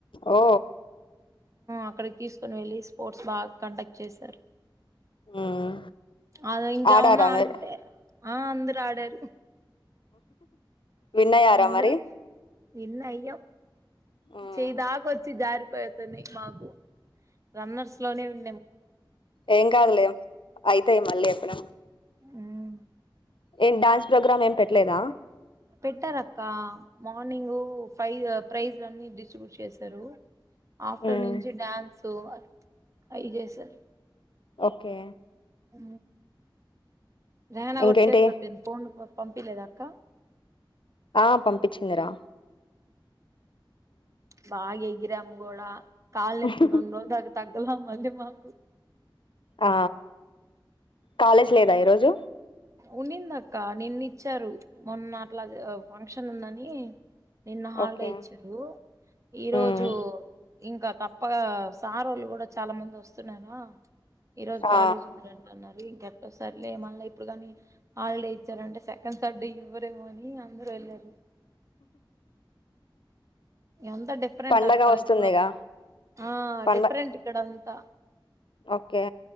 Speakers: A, on the left; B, on the right.
A: ఓ
B: అక్కడికి తీసుకొని వెళ్ళి స్పోర్ట్స్ బాగా కండక్ట్ చేశారు
A: మ్మ్
B: అద ఇంకేమన్నా
A: ఆడారా మీరు
B: అంటే ఆ అందరు ఆడారు
A: విన్ అయ్యారా
B: అందరు
A: మరి
B: ఇన్న అయ్యో
A: మ్మ్
B: చేదాక వచ్చి జారి భతనే మాకు రన్నర్స్ లోనే ఉండేము
A: ఎం కాదులే అయితాయి మళ్ళీ ఎప్పుడ
B: ఉమ్
A: ఏం డాన్స్ ప్రోగ్రామ్ ఏం పెట్టలేదా
B: పెట్టారు అక్క మార్నింగ్ ఫైవ్ ప్రైజ్లన్ని డిస్ట్రిబ్యూట్ చేశారు ఆఫ్టర్నూన్
A: మ్మ్
B: నుంచి డన్స్ సో అయి జేసారు
A: ఓకే
B: ఆ రేనా
A: ఇంకేంటి
B: కూడా చేరు కట్ పో పో పంపీ లేద అక్క
A: ఆ పంపించింది రా
B: బాగా యీ గిరామ గోళ కాల్
A: మ్మ్
B: ఎత్తు రెండు రోజులు నుంచి తగ చెలా మళ్ళీ మనకు
A: ఆ కాలేజ్ లేదా ఈరోజు
B: ఉన్నింద అక్క నిన్న ఇచ్చారు మొన్న అట్లా ఫంక్షన్ ఉందని నిన్న హాలిడే
A: ఓకే
B: ఇచ్చారు ఈరోజు
A: ఉమ్
B: ఇంకా త ఒక సార్ వాళ్ళు కూడా చాలా మంది వస్తున్నారా ఈ రోజు
A: ఆ
B: కాలేజ్ ఉందంటన్నది కక్ట సర్లే మళ్ళీ ఇప్పుడు కానీ హాలిడే ఇచ్చారు అంటే సెకండ్ సండే ఇవ్వరేమో అని అందరూ వెళ్ళారు ఎంత డిఫరెంట్
A: పండగ
B: అక్క
A: వస్తుందిగా
B: ఇప్పుడు ఆ
A: పండ
B: డిఫరెంట్ ఇక్కడ అంతా
A: ఓకే